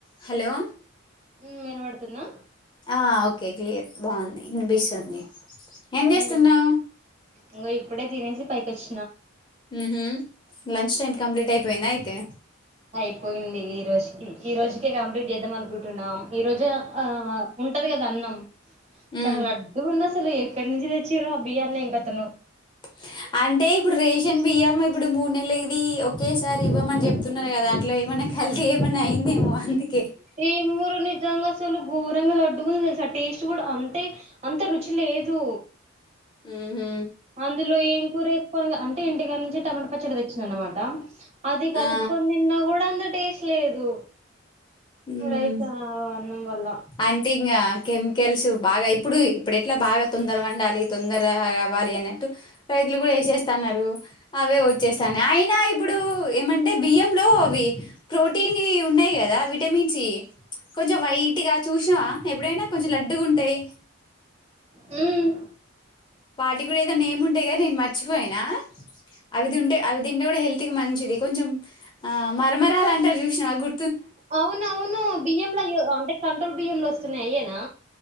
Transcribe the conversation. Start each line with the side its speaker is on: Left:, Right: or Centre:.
Left: హలో
Right: హ్మ్ వినబడుతుందా
Left: ఆ ఓకే క్లియర్ బాగుంది వినిపిస్తుంది ఏం
Right: ఉమ్
Left: చేస్తున్నావ్
Right: ఇంగో ఇప్పుడే తినేసి పైకోచ్
Left: హు మ్ లంచ్ టైం కంప్లీట్ అయిపోయిందా అయితే
Right: అయిపోయింది ఈరోజుకి ఈ రోజుకే కంప్లీట్ చేద్దాం అనుకుంటున్నాం ఈరోజు ఆ ఉంట కదా అన్నం
Left: ఉ
Right: చాల లడ్డుగుంది అసలు ఎక్కడి నుంచి తెచ్చిరో అ బియ్యాని ఇంకతనో
Left: హ అంటే ఇప్పుడు రేషన్ బియ్యం ఇప్పుడు మూడు నెలలది ఒకేసారి ఇవ్వమని చెప్తున్నారు కదా అట్ల ఏమన్నా కల్తీ ఏమన్నా అయిందేమొ అందు
Right: ఏమోరా నిజంగా అసలు గోరంగా లుడ్డుగుంది తెలుసా టేస్ట్ కూడా అంటే అంత రుచి లేదు
Left: ఉహు
Right: అందులో ఏం కూరేసుకో అం టే ఇంటికాడ నుంచి టమాటా పచ్చడి తెచ్చిన అన్నమాట అది కలుపుకొని
Left: ఆ
Right: తిన్న కూడా అంద టేస్ట్ లేదు
Left: హ్మ్
Right: రైస్ అన్నం వల్ల
Left: అంటే ఇంగ కెమికల్స్ బాగా ఇప్పుడు ఇప్పుడు ఎట్లా బాగా తొందర వండాలి తొందర గావళి అన్నట్టు వీళ్ళు కూడా వేసేస్తున్నారు అవే వచ్చేస్తానై అయినా ఇప్పుడు ఏమంటే బియ్యంలో ఇవి ప్రోటీన్ వి ఉన్నాయి కదా వి టమిన్స్ కొంచెం వైట్గా చుష్ణవ ఎప్పుడైనా కొంచెం లడ్డుగా ఉంటాయి
Right: హ్మ్
Left: వాటి కూడా ఎదో నేమ్ ఉంటాద్ గని నేను మర్చిపోయినా అవిదింటే అవి తింటే కూడా హెల్త్కి మంచిది కొంచెం ఆ మరమరాలంటారు చూసినవా గు
Right: అవునవును బియ్యం ల య్ అంటే కంట్రోల్ బియ్యం లోస్తున్నాయి అయ్యేనా